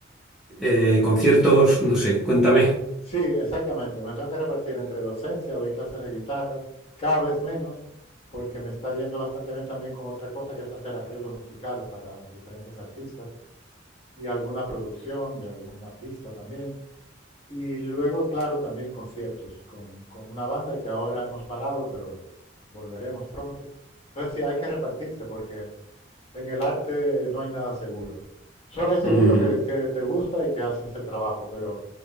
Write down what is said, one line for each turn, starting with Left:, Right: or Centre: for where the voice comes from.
Centre: eh, conciertos, no sé, cuéntame.
Left: Sí, exactamente, me tengo que repartir entre docencia, doy clases de guitarra, cada vez menos, porque me está yendo bastante bien también con otra cosa que es hacer arreglos musicales para diferentes artistas y alguna producción de alguna pista también. Y luego, claro, también conciertos con, con una banda que ahora hemos parado, pero volveremos pronto. Entonces sí, hay que repartirse porque en el arte no hay nada seguro. Solo hay seguro
Centre: Mm.
Left: que, que te gusta y que haces el trabajo, pero